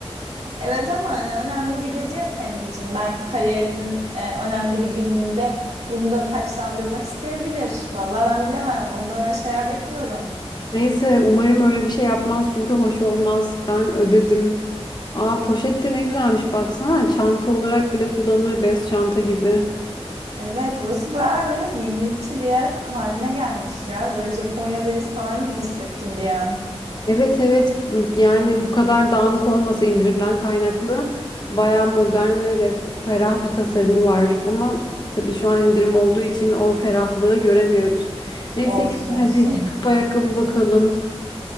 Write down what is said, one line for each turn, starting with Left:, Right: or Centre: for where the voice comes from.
Right: Evet ama hani önemli bir gece senin için belki kariyerinin e, önemli bir gününde bunu da taçlandırmak isteyebilir. Vallahi ben bilemem ondan öyle şeyler bekliyorum.
Left: Neyse umarım öyle bir şey yapmaz çünkü hoş olmaz. Ben ödedim. Aa poşet de ne güzelmiş baksana çanta olarak bile kullanılır bez çanta gibi.
Right: Evet burası bayağı böyle yenilikçi bir yer haline gelmiş ya böyle Japonya'dayız falan gibi hissettim bir an.
Left: Evet evet yani bu kadar dağınık olmasa indirimden kaynaklı bayağı modern ve ref- ferah bir tasarımı var. Ama tabii şu an indirim olduğu için o ferahlığı göremiyoruz. Neyse
Right: Olsun
Left: gel
Right: olsun.
Left: hadi çıkıp ayakkabı bakalım.